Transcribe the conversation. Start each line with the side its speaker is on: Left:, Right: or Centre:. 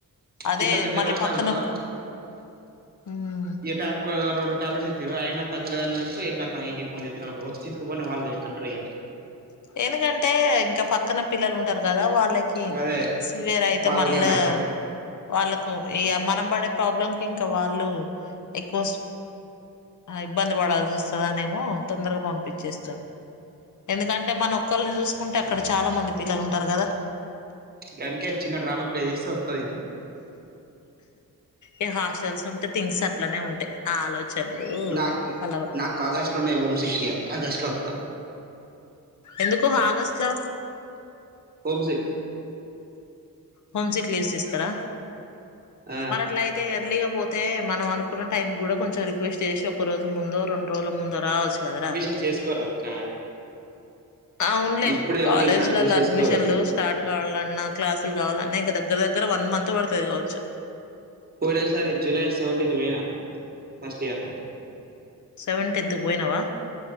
Left: అదే
Right: గింతంత జ్వరం
Left: మళ్ళీ
Right: వచ్చింది
Left: పక్కన
Right: అనుకో
Left: మ్మ్
Right: ఈ ట్యాప్కొ రెండు టాబ్లెట్స్ ఇచిండ్రు అయినా తగ్గలేదన్న అనుకో ఇగ కతం ఇంటికి ఫోన్ చేత్తనే ఉంట్రు వచ్చి తీసుకుపోని వాళ్ళు అంట్రు ఇగ
Left: ఎందుకంటే ఇంకా పక్కన పిల్లలు ఉంటరు కదా వాళ్ళకి
Right: గదే
Left: సివియరయితే
Right: వాళ్ళకేమైనా
Left: మళ్ళా
Right: అయితే
Left: వాళ్ళకు ఇగ మనం పడే ప్రాబ్లం ఇంక వాళ్ళు ఎక్కువ ఇబ్బంది పడాల్సి వస్తాదనేమో తొందరగా పంపిచ్చేస్తారు. దాంట్లో ఏమన్నా ఒక్కరిని చూసుకుంటే అక్కడ చాలా మంది పిల్లలుంటారు కదా
Right: గంద్ కే చిన్నడ్రామా ప్లే చేస్తే వత్తాది ఇంటికి
Left: ఈ హాస్టల్స్ ఉంటే థింగ్స్ అట్లనే ఉంటాయ్. ఆలోచనలు
Right: నాక్కో
Left: కలవ
Right: నాకు ఆగస్టులోనే హోం సిక్ ఇగ ఆగస్టులో వత్త
Left: ఎందుకు ఆగస్టు లో
Right: హోమ్సిక్
Left: హోమ్ సిక్ లీవ్స్ ఇస్తారా
Right: ఆ
Left: మరట్లాయితే అయితే ఎర్లీగా పోతే మనం అనుకున్న టైం కూడా కొంచం రిక్వస్ట్ చేసి అప్ ఒక్క రోజు ముందో రొండు రోజుల ముందో రావచ్చు కదరా.
Right: నువ్ చేసుకోరాదు తా
Left: అవున్లే
Right: ఇప్పుడే
Left: కాలేజీలలో
Right: ఎవరు ఇంకా అడ్మిషన్ చేసుకోరు
Left: అడ్మిషన్లు స్టార్ట్ కావాలన్నా క్లాసులు కావాలన్నా ఇంకా దగ్గర దగ్గర వన్ మంత్ పడతాది కావచ్చు.
Right: ఒకటేసారి జూలై సెవెంటీన్త్ పోయినా ఫస్ట్ ఇయర్ లో
Left: సెవెంటీంత్ పోయినావా